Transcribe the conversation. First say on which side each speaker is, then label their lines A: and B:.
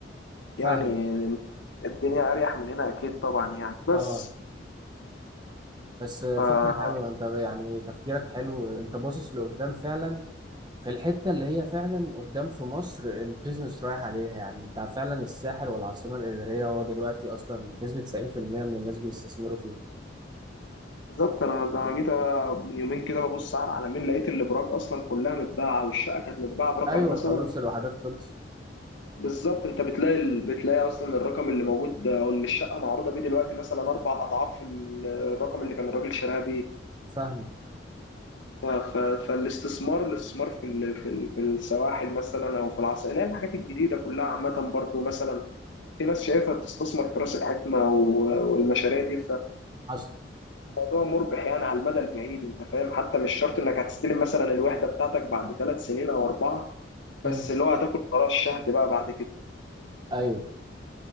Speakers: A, on the right (about 25°); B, on the left (about 80°).
A: فاهمك
B: يعني الدنيا اريح من هنا اكيد طبعا يعني بس
A: اه بس
B: ف
A: فكره حلوه انت ب- يعني تفكيرك حلو انت باصص لقدام فعلا في الحته اللي هي فعلا قدام في مصر البيزنس رايح عليها يعني انت فعلا الساحل والعاصمه الاداريه هو دلوقتي اصلا بنسبه 90% من الناس بيستثمروا فيها
B: بالظبط انا ده انا جيت من يومين كده ببص على العلمين لقيت الابراج اصلا كلها متباعه والشقه كانت متباعه برقم
A: ايوه
B: مثلا
A: خلاص الوحدات خلص
B: بالظبط انت بتلاقي ال- بتلاقي اصلا الرقم اللي موجود ده او اللي الشقه معروضه بيه دلوقتي مثلا اربع اضعاف ال- الرقم اللي كان الراجل شراها بيه
A: فاهم
B: ف- ف- فالاستثمار الاستثمار في ال- في ال- في السواحل مثلا او في العصائر اللي هي الحاجات الجديده كلها عامه برضو مثلا في ناس شايفها بتستثمر في راس الحكمه و- والمشاريع دي
A: حصل
B: الموضوع مربح يعني على المدى البعيد انت فاهم حتى مش شرط انك هتستلم مثلا الوحده بتاعتك بعد ثلاث سنين او اربعه بس
A: امم
B: اللي هو هتاكل براء الشهد بقى بعد كده
A: ايوه